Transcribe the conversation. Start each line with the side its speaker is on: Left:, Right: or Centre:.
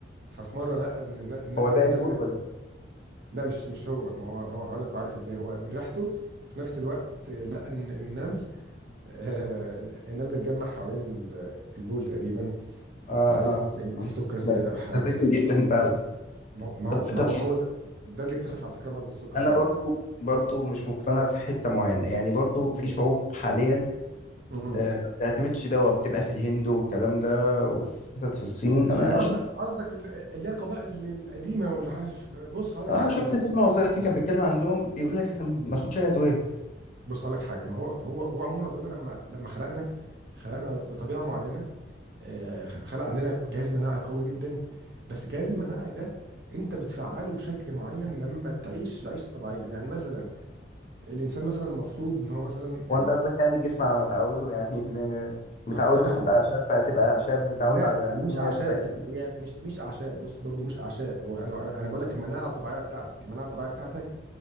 Right: ففي مره لقى ان إن- إن-
Left: هو ده
Right: النمل
Left: البول ولا ايه
Right: لا مش مش هو ما هو هو هقول لك هو عارف ازاي هو من ريحته وفي نفس الوقت لقى ان النمل آه النمل اتجمع حوالين ال- البول تقريبا
Left: اه
Right: فعارف
Left: اه
Right: ان في سكر زياده
Left: لا
Right: او حاجه
Left: ده ذكي جدا فعلا
Right: ما هو ما
Left: طب
Right: هو ما
Left: طب
Right: هو هو ده, ده اللي اكتشف
Left: طب
Right: على فكره مرض السكر
Left: انا
Right: فعلا
Left: برضو برضو مش مقتنع في حتة معينة يعني برضو
Right: مم.
Left: في شعوب حاليا
Right: مم.
Left: آه، ما بتعتمدش دوا بتبقى في الهند والكلام ده وفي حتت في الصين
Right: في
Left: انا
Right: قصدك
Left: شفت
Right: قصدك ال- اللي هي قبائل القديمه واللي عارف بص هقول لك
Left: اه
Right: حاجه
Left: شفت
Right: برضو
Left: فيلم وثائقي
Right: بص
Left: كان بيتكلم عنهم بيقول لك احنا ما ناخدش اي ادويه
Right: بص هقول لك حاجه ما هو هو هو عموما ربنا لما لما خلقنا خلقنا بطبيعه معينه آه، خلق عندنا جهاز مناعي قوي جدا بس الجهاز المناعي ده انت بتفعله بشكل معين لما تعيش العيشه الطبيعيه يعني مثلا الانسان مثلا المفروض ان هو مثلا يعني
Left: هو انت قصدك يعني الجسم على ما تعوده يعني <laughs> م- متعود
Right: طب طبعا
Left: تاخد اعشاب فهتبقى اعشاب متعود
Right: لا
Left: على الكيمياء
Right: مش اعشاب
Left: تبقى كيمياء
Right: هي مش مش اعشاب بص برضو مش اعشاب هو انا انا بقول لك المناعه الطبيعيه بتاعتك المناعه الطبيعيه بتاعتك